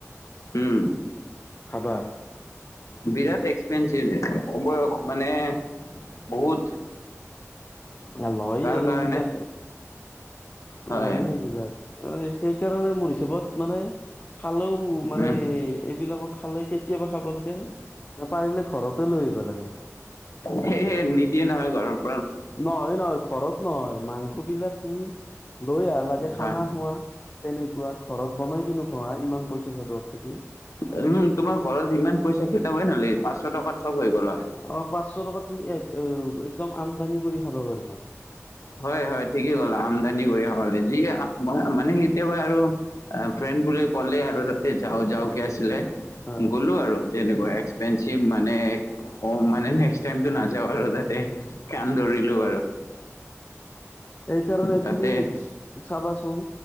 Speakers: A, on the left; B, on the left.
A: উম,
B: ধাবাত
A: বিৰাট এক্স ঞ্চ অ বয়স মানে বহুত-
B: আৰু লয়
A: তাৰ
B: আৰু
A: কাৰণে
B: এইবিলাক,
A: হয়
B: লয় এইবিলাক। মানে সেইকাৰণে মোৰ হিচাপত মানে- খালেও মানে
A: উম
B: এইবিলাকত খালে কেতিয়াবা খাব লাগে। নাপাৰিলে ঘৰতে লৈ আহিব লাগে।
A: সে নিদিয়ে নহয় ঘৰত।
B: নহয় নহয় ঘৰত নহয় মাংস বিলাক তুমি- লৈ আহা লাগিলে খানা
A: হয়
B: খোৱা। তেনেকুৱা ঘৰত বনাই কিনো খোৱা ইমান পইচা সেদুৱাত থাকি।
A: উম তোমাৰ ঘৰত ইমান পইচা খেদাবই নালাগে পাঁচশ টকা চব হৈ গ'ল হয়।
B: অ পাঁচশ টকাত তুমি একদম আমদানি কৰি খাবা পাৰিবা।
A: হয় হয় ঠিকেই কলা আমদানি কৰি খাব লাগে যি মানে কেতিয়াবা আৰু- ফ্ৰেণ্ড বোৰে ক'লে আৰু তাতে যাওঁ যাওঁকৈ আছিলে
B: হয়
A: গ'লোঁ আৰু। তেনেকুৱা এক্সপেঞ্চিভ মানে মানে নেক্স টাইমটো
B: হয়
A: নাযাওঁ আৰু তাতে। কাণ ধৰিলো বাৰু।
B: এইকাৰণে
A: তাতে
B: তুমি চাবাচোন